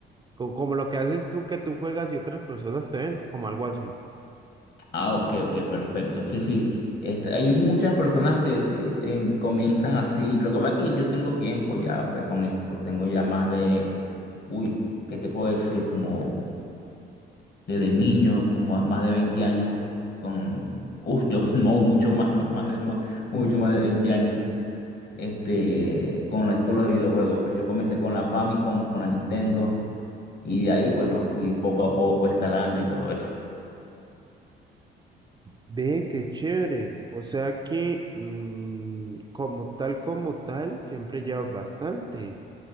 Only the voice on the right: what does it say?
co- como, lo que haces tú que tú juegas y otras personas te ven, como algo así.
Ve, qué chévere. O sea que mm, como tal, como tal, siempre llevas bastante.